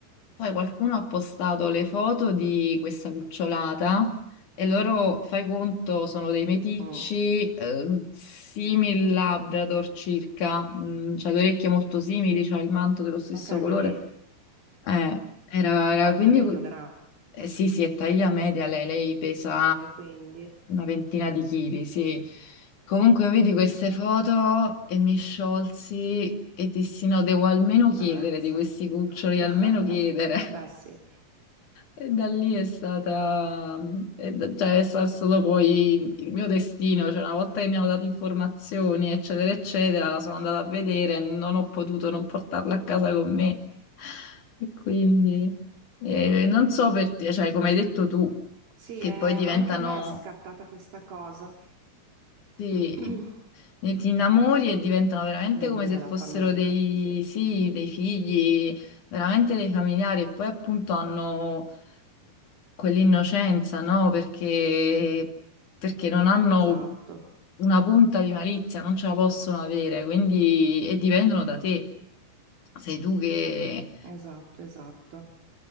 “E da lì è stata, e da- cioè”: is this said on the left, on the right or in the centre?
Left